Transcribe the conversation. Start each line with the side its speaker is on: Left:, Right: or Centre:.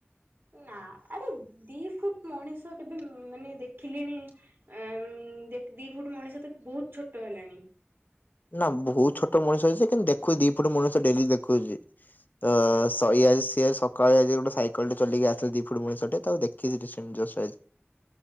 Right: ନା ଆରେ ଦି ଫୁଟ୍ ମଣିଷ କେବେ ମାନେ ଦେଖିଲେଣି ଆ ଦି ଫୁଟ ମଣିଷ ତ ବହୁତ ଛୋଟ ହେଲାଣି।
Left: ନା ବହୁତ ଛୋଟ ମଣିଷ ଅଛି କିନ୍ତୁ ଦେଖୁଛି ଦି ଫୁଟ ମଣିଷ ଡେଲି ଦେଖୁଛି। ତ
Right: ଆଚ୍ଛା
Left: ସଇ ସିଏ ସକାଳେ ଆଜି ଉ ଗୋଟେ ସାଇକେଲଟେ ଚଲେଇକି ଆସିଥିଲା ଦିଇ ଫୁଟ ମଣିଷଟେ ତାକୁ ଦେଖିଚି ରିସେଣ୍ଟ ଯଷ୍ଟ ଆଜି।